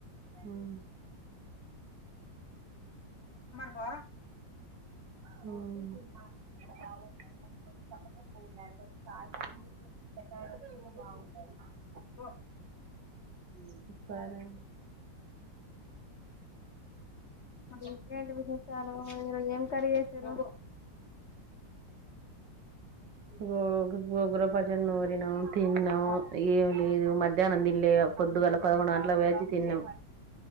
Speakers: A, on the right; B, on the left.
A: మ్మ్
B: వా
A: <inaudible>
B: ఓ
A: <unintelligible>
B: ఇంకెంటి విశేషాలు ఈరోజు ఏం కర్రీ చేసింరు
A: గోగగో పచ్చడి నూరినం తిన్నాం
B: ఆహా
A: ఇగేం లేదు మధ్యాహ్నం తింల్లే పొద్దుగాల పదకొండు గంటల పొయొచ్చి తిన్నం